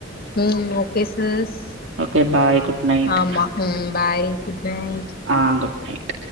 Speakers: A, on the left; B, on the right.
A: ம் okay sis
B: okay bye good night
A: ஆமா ம் பாய் குட் நைட்
B: ஆ குட் நைட்